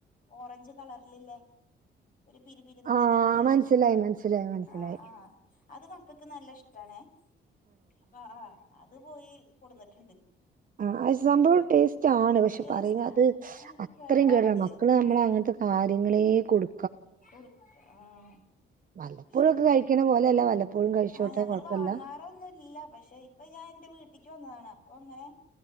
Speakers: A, on the left; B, on the right.
A: ഓറഞ്ച് കളറ്ല് ല്ലേ ഒരു പിരി പിരുന്നന്നല്ലരു
B: ആഹ് മനസ്സിലായി മനസ്സിലായി മനസ്സിലായി
A: ആഹ് ആഹ് അത് മക്കൾക്ക് നല്ല ഇഷ്ടണേ അപ്പൊ ആഹ് അത് പോയി കൊടുന്നിട്ടുണ്ട്
B: ആഹ് അഹ് സംഭവം ടേസ്റ്റ് ആണ് പക്ഷെ
A: ടേസ്റ്റാ
B: പറയ അത്
A: ആഹ്
B: അത്രയും
A: കേടാണത്
B: കേടണം മക്കള് നമ്മള
A: ആഹ്
B: അങ്ങനത്തെ കാര്യങ്ങളെ കൊടു
A: കൊടുക്ക ആഹ്
B: വല്ലപ്പോഴൊക്കെ
A: പക്ഷെ
B: കഴിക്കണ പോലെയല്ല വല്ലപ്പോഴും കഴിച്ചോട്ടെ
A: ആഹ് ഞങ്ങള്
B: കൊഴപ്പല്ല
A: വാങ്ങാറൊന്നും ല്ല പക്ഷെ അപ്പൊ ഞാൻ എന്റെ വീട്ടിലക്ക് വന്നതാണ് അപ്പൊ അങ്ങനെ